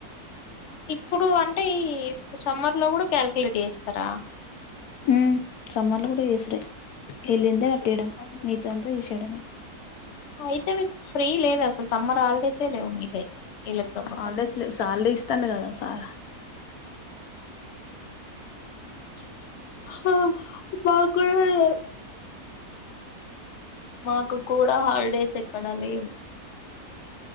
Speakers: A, on the left; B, on the left.
A: ఇప్పుడు అంటే ఈ ఇప్పుడు సమ్మర్ లో కూడా కాలకుయులేట్ చేస్తారా
B: హుమ్ సమ్మర్ లో కూడా ఏసీ లె ఎలిందే పెట్టేయడం
A: అవును
B: మీగతా అంతా చేసేయడమే
A: అయితే మీకు ఫ్రీ లేదు అసలు సమ్మర్ హాలిడేసే లేవు మీకైతే ఈ లెక్క ప్రకారం
B: హాలిడేస్ లేవు సాలరీ ఇస్తాండు కదా సార్ <unintelligible>
A: హా మా కూడా లేవు మాకు కూడా హాలిడేస్ ఎక్కడా లేవు